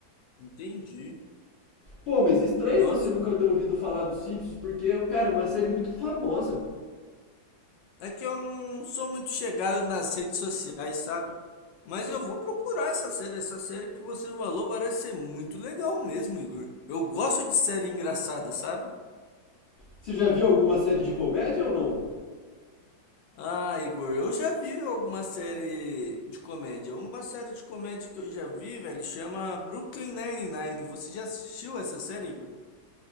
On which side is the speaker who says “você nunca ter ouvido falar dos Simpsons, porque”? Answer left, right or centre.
Left